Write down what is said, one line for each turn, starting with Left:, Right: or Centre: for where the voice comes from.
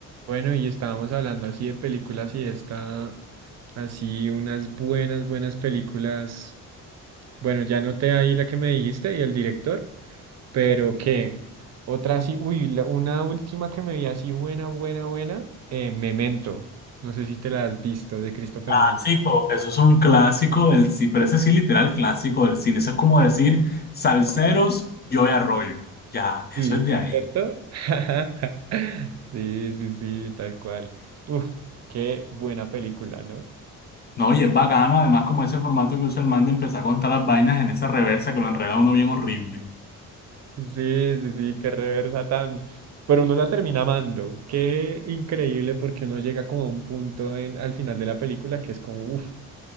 Right: Bueno, y estábamos hablando así de películas y esta, así unas buenas, buenas películas. Bueno, ya noté ahí la que me dijiste y el director, pero qué otra así, uy, la- una última que me vi así buena, buena, buena, eh, Memento. No sé si te la has visto de Christopher
Left: Clásico,
Right: Nolan.
Left: eso es un clásico del cine, pero ese sí literal clásico del cine. Eso es como decir Salseros, Joey Arroyo. Ya,
Right: Sí,
Left: eso es de ahí.
Right: ¿cierto? <laughs> Sí, sí, sí, tal cual. Uf, qué buena película, ¿no?
Left: No, y es bacano, además, como ese formato que usa el man de empezar a contar las vainas en esa reversa que lo enreda uno bien horrible.
Right: Sí, sí, sí, qué reversa tan. Pero uno la termina amando. Qué increíble porque uno llega como a un punto en, al final de la película que es como, uff,